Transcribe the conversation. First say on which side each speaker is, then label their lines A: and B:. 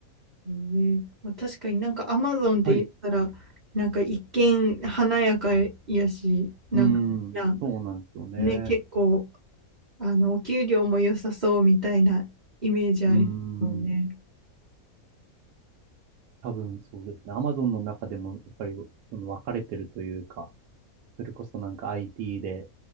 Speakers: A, on the right; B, on the right.
A: ええまあ、確かになんかアマゾンって言ったら、
B: はい。
A: なんか一見華やかやし、なんかみんな
B: うーん、そうなんですよね。
A: ね、結構、あの、お給料も良さそうみたいなイメージありますもんね。
B: うーん、多分そうですね。アマゾンの中でもやっぱりその分かれてるというか、それこそなんか IT で